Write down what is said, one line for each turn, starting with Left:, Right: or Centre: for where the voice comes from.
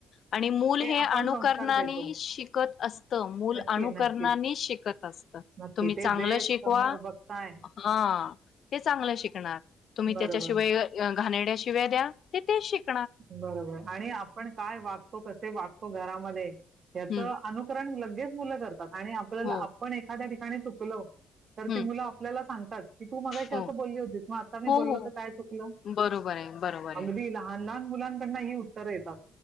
Left: आणि मूल हे
Right: आपण
Left: अनुकरणानी
Right: संस्कार देतो
Left: शिकत असतं मूल
Right: नक्की
Left: अनुकरणानी
Right: नक्कीच
Left: शिकत,
Right: नक्की
Left: तुम्ही चांगलं
Right: ते जे
Left: शिकवा
Right: समोर बघताय
Left: हा ते चांगलं शिकणार, तुम्ही
Right: बरोबर
Left: त्याच्याशिवाय घाण्यारड्या शिवा द्या ते ते शिक
Right: बरोबर आणि आपण काय वागतो कसे वागतो घरामध्ये याचं
Left: हं.
Right: अनुकरण लगेच मुलं करतात, आणि आपल्याला
Left: हो.
Right: आपण एखाद्या ठिकाणी चुकलो तर
Left: हं.
Right: ती मुलं आपल्याला सांगतात. की तू मगाशी
Left: हो.
Right: असं बोलली होतीस मग आता मी
Left: हो,
Right: बोललो
Left: हो.
Right: तर काय चुकलं
Left: बरोबर आहे, बरोबर आहे.
Right: अंगदीला. लहान मुलांकडनं ही उत्तरं येतात.